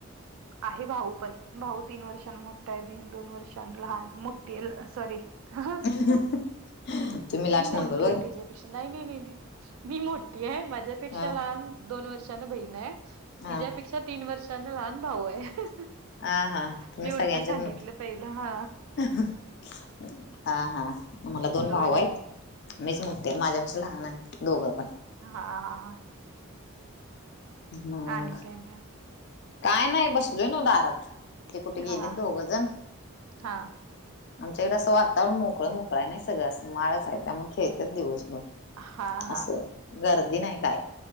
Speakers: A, on the right; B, on the left.
A: आहे भाऊ पण भाऊ तीन वर्षां मोठा आहे बहीण दोन वर्षां लहान मोठी सॉरी हा
B: <inaudible> <inaudible>
A: मी मोठी
B: नंबर होय
A: आहे तच्यापेक्षा नाही ललेली मी मोठी आहे माझ्यापेक्षा
B: हा
A: लहान दोन वर्षांान बहीण आहे
B: हा
A: तिच्यापेक्षा तीन वर्षांने लहान भाऊ आहे
B: हा हा तुम्ही
A: मी
B: सगळ्यांच्याच
A: उलट सांगितलं
B: मोठे
A: पहिला ह
B: हा हा मला दोन
A: होय.
B: भाऊ आहेत मीच मुद्द माझ्या लहान आहेत दोघं पण
A: हा हा हा
B: मग
A: आणि काय मग?
B: काय नाही बसलोय ना दारात ते कुठे गेले
A: हां,
B: दोघजण
A: हां. हां.
B: आमच्याकडें असं वातावरण मोकळं मोकळा नाही सगळं असं माळच आहे त्या मग खेळतात दिवसभर
A: हां,
B: असं गर्दी नाही काय